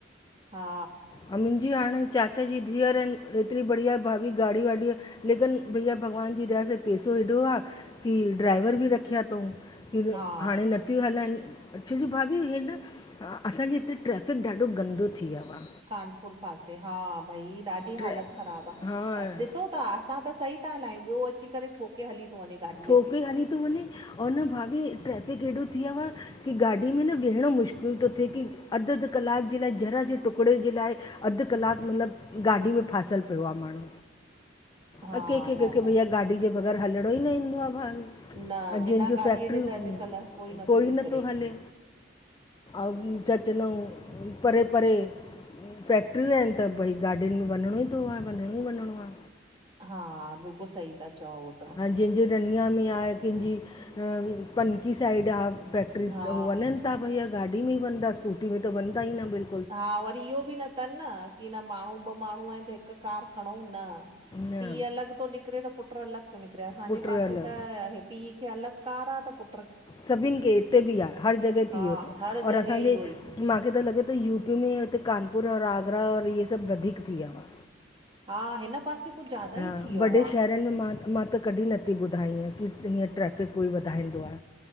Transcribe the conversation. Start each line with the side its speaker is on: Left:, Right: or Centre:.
Right: हा
Left: ह मुंजी हाणे चाचा जी धीअर आहिन एतरी बढ़िया भाभी गाड़ी-वाढी लेकिन भईया भॻवान जी दया सां पेसो एॾो आ, की ड्राइवर बि रखिया थऊं। की
Right: हा
Left: हाणे न थियूं हलाइन छो जो भाभी इअं न असांजे हिते ट्रैफिक ॾाढो गंदो थी वियो आ।
Right: कानपुर पासे हा, भई ॾाढी
Left: ट्रै
Right: हालत खराब आ,
Left: हा
Right: ॾिसो था असां त सही था हलायूं ॿियो अची करे ठोके हली थो वञे गाॾीअ
Left: ठोके
Right: खे।
Left: हली तो वञे और न भाभी ट्रेफिक एॾो थी वियो आहे की गाॾी में न वेहणो मुश्किल थो थिए की अध अध कलाक जे लाइ जरा जे टुकड़े जे लाइ अध कलाक मतलब गाॾी में फासल पयो आ माण्हू।
Right: हा
Left: अ कंहिंखे कंहिंखे
Right: न न
Left: भईया गाॾी जे बगैर हलणो ई न ईंदो आ भाभी
Right: न
Left: ऐं
Right: बिना
Left: जंहिंजूं
Right: गाॾीअ
Left: फैक्ट्रीयूं
Right: जे त अॼुकल्ह
Left: कोई
Right: निकिरे।
Left: नथो हले। अऊं छा चवंदा आहियूं परे-परे फैक्ट्रियूं आहिन त भई गाॾयुन में वञणो ई थोए वञणो ई वञणो आ
Right: हा बिल्कुल सही ता चओ उहो त
Left: जंहिंजे रनिया में आहे कंहिंजी, पनकी साइड आहे फैक्ट्री
Right: हा
Left: हो वञन त भईया गाॾी में वञदा स्कूटी में त वञदा ई न बिल्क
Right: हा वरी इहो बि न थन न की न माण्हू ॿ माण्हू आहिन त हिक कार खणऊं न,
Left: न
Right: पीउ अलॻ थो निकरे त पुट अलॻ निकरे, असांजे
Left: पुट
Right: पासे
Left: अलॻि
Right: त पी खे अलॻ कार आ त पु
Left: सभिन खे हिते बि आ, हर जॻह
Right: हा
Left: थी वियो थव
Right: हर
Left: और
Right: जॻह
Left: असांजे
Right: इहो ई
Left: माखे त लॻे थो यूपी में हिते कानपुर और आगरा और इहे सभ वधीक थी वियो आ।
Right: हा हिन पासे कुछ ज्यादा
Left: हा,
Right: ई थी वियो
Left: वॾे शहरनि
Right: आ।
Left: में मां त कॾहिं नथी ॿुधा ईएं की हीअं ट्रैफिक कोई वधाईंदो आ।